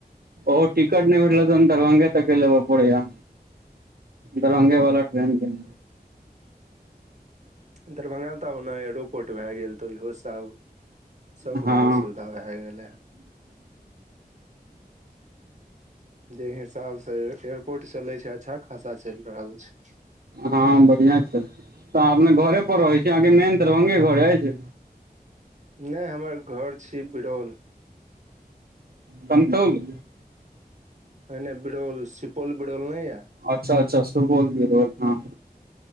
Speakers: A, on the right (about 70°); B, on the right (about 45°).
A: और टिकट नै <unintelligible> ईहो में दरभंगे तक के लेबा परै यै, दरभंगे वला ट्रेन के।
B: दरभंगा मे त आब ओना एयरोपोर्ट भै गेल त ओहयौ से आब सबके
A: हँ
B: बहुत सुव धा भै गेलै हें। जे हिसाब से एयरपोर्ट चले छै, अच्छा खासा चलि रहल छै।
A: हाँ बढ़िया छै त अपने घरे पर रहै छी अहाँ के मेन दरभंगे घर अछि
B: नै हमर घर छी बिरौल
A: कमतौल
B: नै नै बिड़ौल सिपौल बिड़ौल नै या
A: अच्छा अच्छा सिपौल बिरौल ह